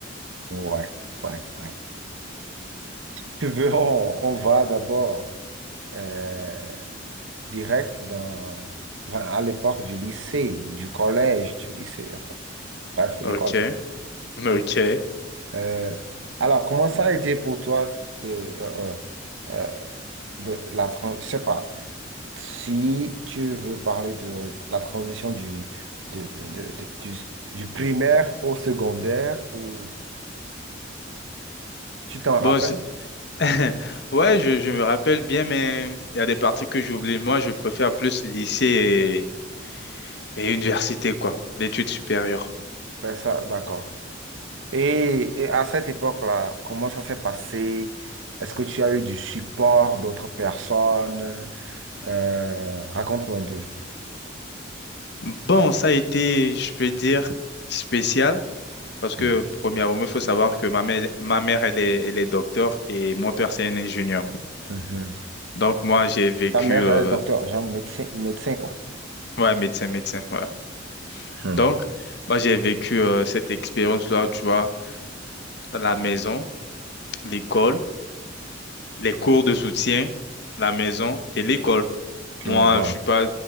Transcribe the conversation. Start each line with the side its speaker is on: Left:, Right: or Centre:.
Right: Ouais, ouais, ouais. Tu veux, on, on va d'abord euh, direct dans, enfin, à l'époque du lycée, du collège, du lycée, enfin, bref, l'école.
Left: Ok. Ok.
Right: Euh, alors, comment ça a été pour toi de, euh, euh, euh, de la transition, je sais pas, si tu veux parler de la transition du, de- de- de- du, du primaire au secondaire, ou tu t'en rappelles?
Left: Bon, c'est- <laughs> ouais, je, je me rappelle bien, mais il y a des parties que j'oublie. Moi, je préfère plus lycée et, et université, quoi, l'étude supérieure.
Right: Ouais, ça, d'accord. Et, et à cette époque-là, comment ça s'est passé? Est-ce que tu as eu du support d'autres personnes? Euh, raconte-moi un peu.
Left: Bon, ça a été, je peux dire, spécial, parce
Right: Hmm.
Left: que, premièrement, il faut savoir que ma mère, ma mère, elle est, elle est docteur et mon père, c'est un ingénieur.
Right: Mhm.
Left: Donc, moi, j'ai vécu,
Right: Ta mère
Left: euh,
Right: est docteur, genre médecin, médecin quoi.
Left: ouais, médecin, médecin, ouais.
Right: Hmm.
Left: Donc, moi, j'ai vécu euh, cette expérience-là, tu vois, dans la maison, l'école. les cours de soutien, la maison et l'école.
Right: Je
Left: Moi,
Right: vois.
Left: je suis pas,